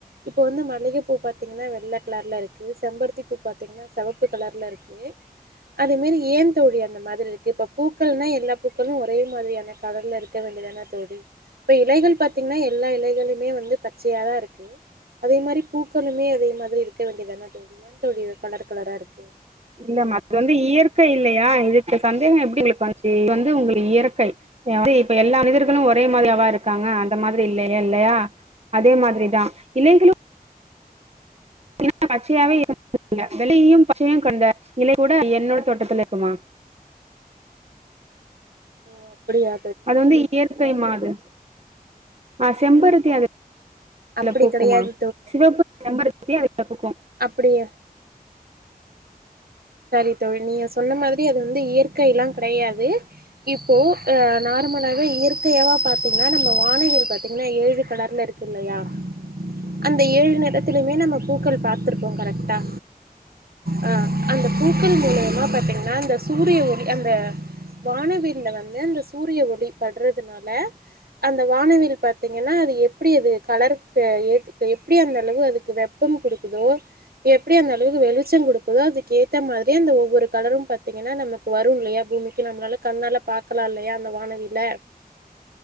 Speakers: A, on the right (about 75°); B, on the right (about 45°).
A: இப்போ வந்து மல்லிகப்பூ பாத்தீங்கினா வெள்ளக் கலர்லருக் கு செம்பருத்திப் பூ பாத்தீங்னா செவப்பு கலர்ல இருக்கு அதே மேரி ஏந்தோழி அந்த மாதிரி ருக்கு இப்ப பூக்கள்னா எல்லாப் பூக்களு ஒரே மாதிரியான கலர்லருக் க்க வேண்டியதானத் தோழி இப்ப இலைகள் பாத்தீங்னா எல்லா இலைகளுமே வந்து பச்சையாதா இருக்கு அதே மாரிப் பூக்களுமே அதே மாதிரி இருக்க வேண்டியதானத் தோழி ஏன் தோழி கலர் கலரா இருக்கு
B: இல்லமா அது வந்து இயற்கை இல்லையா இதுக்கு சந்தேகோ எப்டி உங்ளுக்கு வந்துச்சி இது வந்து உங்ளுக்கு இயற்கை வந்து இப்ப எல்லா மனிதர்களு ஒரே மாதிரியாவா இருக்காங்க அந்த மாதிரி இல்லைய இல்லையா அதே மாதிரிதா இல்லைகளு பாத்திங்கண்ணா பச்சையாவே <unintelligible> வெள்ளையு பச்சையு கொண்ட இலை கூட என்னோட தோட்டத்துல இருக்குமா
A: ஓ அப்டியா
B: அது வந்து இயற்கை மாது ஆ செம்பருத்தி அது அதுல
A: அப்படி
B: பூக்குமா
A: கிடையாது
B: சிவப்பு செம்பருத்தி அதுல பூக்கும்
A: அப்டியே சரி தோழி நீங்க சொன்ன மாதிரி அது வந்து இயற்கை எல்லா கிடையாது இப்போ நார்மலாவே இயற்கையாவா பார்த்தீங்கன்னா நம்ம வானவில் பார்த்தீங்கன்னா ஏழு கலர்ல இருக்கு இல்லையா அந்த ஏழு நேரத்திலுமே நம்ம பூக்கள் பாத்துருப்போ கரெக்டா ஆ அந்த பூக்கள் மேல பார்த்தீங்கன்னா அந்த சூரிய ஒளி அந்த வானவில் வந்து அந்த சூரிய ஒளி படுறதுனால அந்த வானவில் பார்த்தீங்கன்னா அது எப்டி அது கலரு எப்டி அந்த அளவு அதுக்கு வெப் கொடுக்குதோ எப்டி அந்த அளவுக்கு வெளிச்ச கொடுக்குதோ அது கேத்த மாதிரியி அந்த ஒவ்வொரு ஒவ்வொரு கலரும் பாத்தீங்கன்னா நமக்கு வரும் இல்லயா பூமிக்கு நம்மளால கண்ணால பா பாக்களா இல்லயா அந்த வானவில்ல
B: <unintelligible>